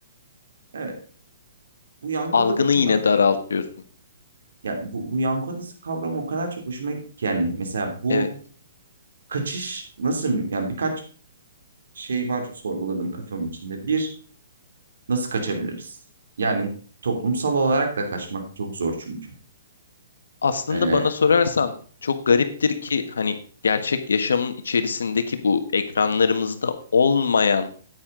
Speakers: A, on the right (about 85°); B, on the left (about 80°).
A: Evet bu yankı
B: Algını
A: odalarından
B: yine daraltıyorsun.
A: ya bu, bu yankı odası kavramı o kadar çok hoşuma gitti ki yani mesela bu
B: Evet.
A: kaçış nasıl yani birkaç şey var sorguladım kafamın içinde. Bir nasıl kaçabiliriz? Yani toplumsal olarak da kaçmak çok zor çünkü.
B: Aslında
A: Ee,
B: bana sorarsan çok gariptir ki hani gerçek yaşamın içerisindeki bu ekranlarımızda olmayan